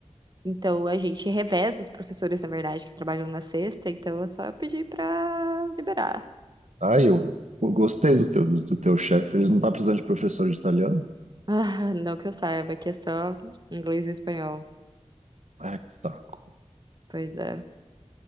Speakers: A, on the right; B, on the right.
A: Então a gente reveza os professores, na verdade, que trabalham na sexta. Então é só eu pedir pra liberar.
B: Ai, eu, eu gostei do teu, do, do teu chefe, ele não tá precisando de professor de italiano?
A: Ah, não que eu saiba, que é só inglês e espanhol.
B: Ai, que saco.
A: Pois é.